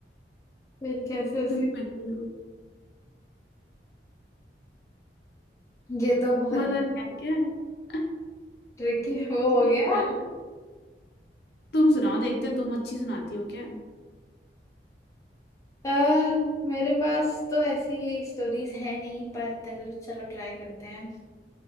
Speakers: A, on the left (about 15°); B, on the left (about 65°).
A: फिर कैसे उसके
B: रूम में कोई-
A: ये तो बहुत
B: मजा नहीं आया क्या <laughs>
A: ट्रिकी वो
B: ठीक
A: हो गया
B: है तुम सुनाओ देखते हैं तुम अच्छी सुनाती हो क्या
A: आ, मेरे पास तो ऐसी स्टोरीज है नहीं पर चलो चलो ट्राई करते हैं